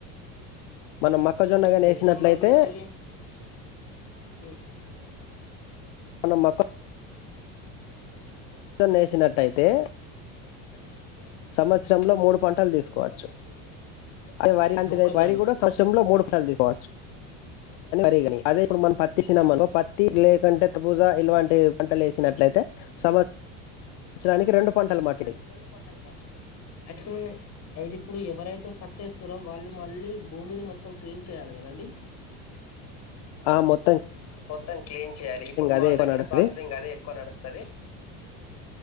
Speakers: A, on the left; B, on the left.
A: మనం మొక్కజొన్నగాని
B: డిసెంబర్
A: వేసినట్లయితే
B: నుంచెల్లి ఉమ్
A: మన మకాం
B: మకాం
A: ప నేసినట్టయితే
B: నేసినట్టయితే
A: సంవత్సరంలో మూడు పంటలు తీసుకోవచ్చు
B: పంటలు చేసుకోవాలి
A: అది వరిలాంటి
B: మొక్కజొన్నకు
A: వరి కూడా సంవత్సరంలో మూడు పంటలు తీసుకోవచ్చు రి అదే ఇప్పుడు మనం పత్తి సినినమ పత్తి లేకుంటే త పూజా ఇలాంటి పంటలు వేసినట్లయితే సమచ్రానికి
B: సంవత్సరానికి
A: రెండు పంటలు మాటిది
B: రెండు పంటలు పండుతాయి అయితే అయితే ఇప్పుడు ఎవరైతే పట్టేస్తారో వాళ్ళు మళ్ళీ భూమిని మొత్తం క్లీన్ చేయాలి కదండి
A: ఆ మొత్త
B: ఆ మొత్తం క్లీన్ చేయాలి ఇప్పుడు
A: అదే
B: మా
A: ఎక్కువ
B: దగ్గర
A: నడుస్తది
B: ప్రాసెసింగ్ అదే ఎక్కువ నడుస్తుంది